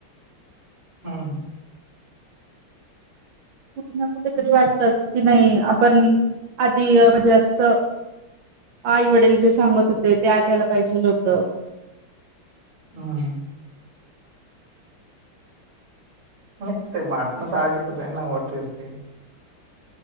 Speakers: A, on the right (about 80°); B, on the right (about 65°).
A: हम्म.
B: कुठे ना कुठे
A: हं,
B: तरी वाटतच की नाही आपण आधी म्हणजे असत. आई वडील जे सांगत होते ते ऐकायला पाहिजे होत.
A: हां नाही ते वाटण साहजिकच आहे ना वटतेच ते.